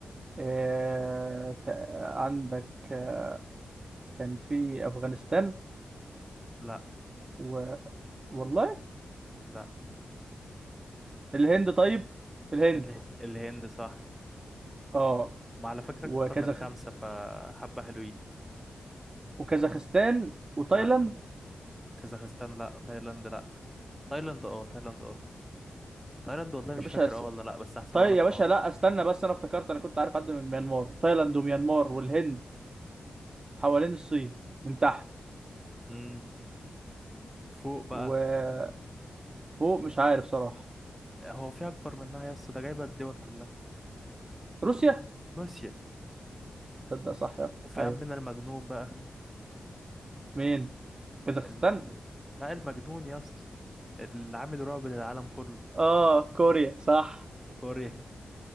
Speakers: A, on the right; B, in the centre.
A: آه، تا- عندك آه، كان في أفغانستان
B: لا
A: و... والله
B: لا
A: الهند طيب الهند
B: ال... الهند صح
A: اه
B: ما على فكرة
A: وكازاخ
B: أكتر من خمسة فحبة حلوين
A: وكازاخستان وتايلاند
B: لا كازاخستان لا تايلاند لا تايلاند اه تايلاند اه تايلاند والله مش
A: يا باشا
B: فاكر
A: أس...
B: اه ولا لا بس هحسبها
A: طيب
B: لك
A: يا باشا
B: اه
A: لا استنى بس انا افتكرت انا كنت عارف حد من ميانمار تايلاند وميانمار والهند حوالين الصين من تحت
B: امم فوق بقى
A: وفوق مش عارف صراحة
B: هو في أكبر منها يا اسطى ده جايبة الدول كلها
A: روسيا
B: روسيا
A: تصدق صح يا
B: وفي
A: ايوه
B: عمنا المجنون بقى
A: مين كازاخستان
B: الم... لا المجنون يا اسطى اللي عامل رعب للعالم كله
A: اه كوريا صح
B: كوريا